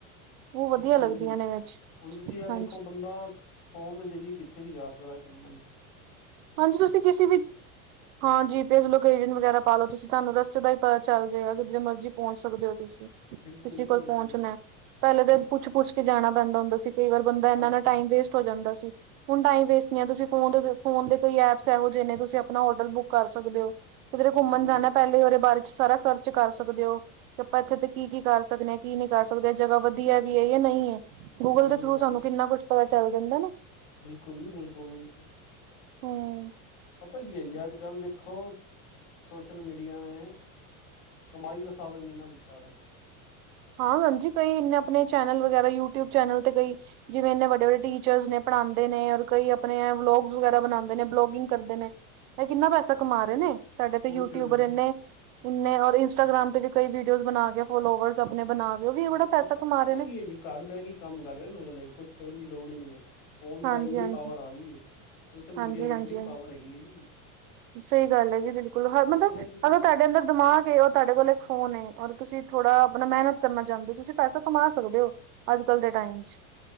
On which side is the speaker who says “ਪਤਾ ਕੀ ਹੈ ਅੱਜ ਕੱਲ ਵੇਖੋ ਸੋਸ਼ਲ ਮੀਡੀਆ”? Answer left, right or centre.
Left